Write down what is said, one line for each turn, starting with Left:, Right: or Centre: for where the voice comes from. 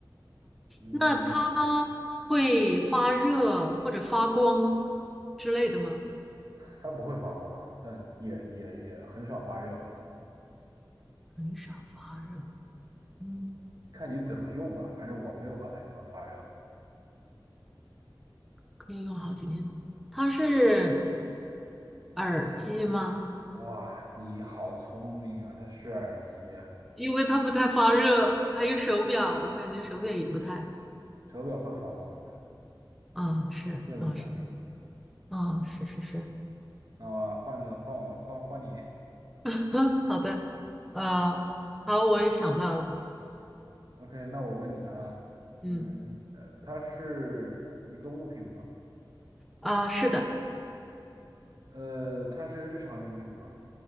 Right: 没有那么简单，
Centre: 那它会发热或者发光之类的吗？
Right: 它不会发光啊，但也也也很少发热吧，
Centre: 很少发热，嗯，
Right: 看你怎么用吧，反正我没有把它用到发热过。
Centre: 可以用好几天。它是耳机吗？
Right: 哇，你好聪明啊！它是耳机呀、
Centre: 因为它不太发热，还有手表，我感觉手表也不太，
Right: 手表会发光的
Centre: 嗯，是，
Right: 电子产品嘛？
Centre: 嗯是，嗯是是是，
Right: 那我换个号，换换你。
Centre: <laughs> 好的，呃，好，我也想到了，
Right: OK，那我问你啊，
Centre: 嗯
Right: 嗯，呃，它是一个物品吗？
Centre: 啊、是的，
Right: 呃，它是日常用品吗？